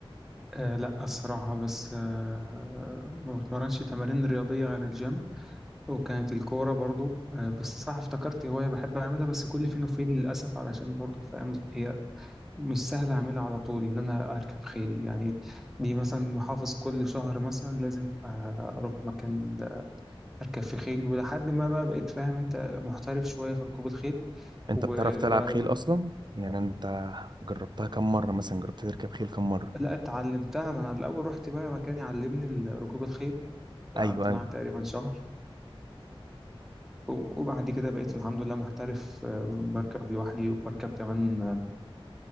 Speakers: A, in the centre; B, on the right.
A: أه لا الصراحة بس أه ما بتمرنش تمارين رياضية غير الجيم وكانت الكورة برضو أه بس صح افتكرت هواية بحب أعملها بس كل فين وفين للأسف علشان برضو فاهم هي مش سهل أعملها على طول إن أنا أركب خيل يعني دي مثلا محافظ كل شهر مثلا لازم آه، أروح مكان أركب في خيل ولحد ما بقى بقيت فاهم أنت محترف شوية في ركوب الخيل
B: انت
A: وبقى
B: بتعرف تلعب خيل اصلا يعني انت جربتها كم مرة مثلا جربت تركب خيل كم مرة
A: لا اتعلمتها ما أنا الأول رحت بقى مكان يعلمني ال- ركوب الخيل
B: ايوه
A: قعدت معاه
B: ايوه
A: تقريبا شهر و- وبعد كده بقيت الحمد لله محترف آه، بركب لوحدي وبركب كمان آه،